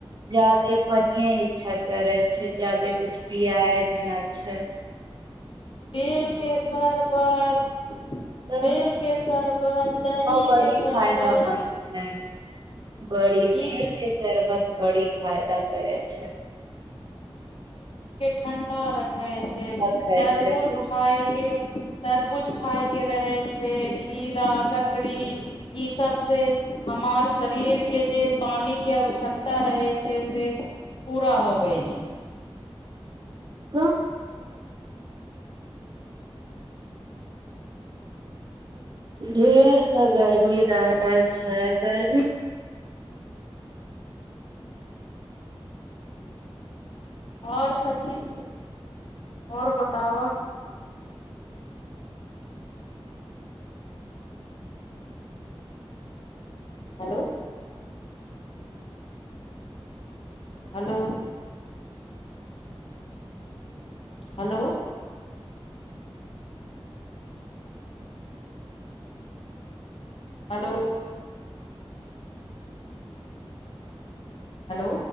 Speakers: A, on the right (about 50°); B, on the left (about 65°).
A: जादे पने इच्छा करे छै जादे कुछ पियाए भी न छै
B: बेल के शरबत
A: तऽ
B: बेल के शरबत दही
A: बड़ी
B: के शरबत
A: फायदामन्द छै बड़ी बेर
B: ई
A: के शरबत बड़ी फायदा करै छै
B: ठण्डा रखै होइ छै
A: रखै
B: तरबूज
A: छै धूप
B: खायके तरबूज खाय के रहे छै खीरा ककड़ी ई सब से हमार शरीरके जे पानिके आवश्यकता रहै छै से पूरा होबै छै
A: त ढेर तऽ गर्मी रहै छै गर्मी
B: आओर सखि आओर बताब hello hello hello hello hello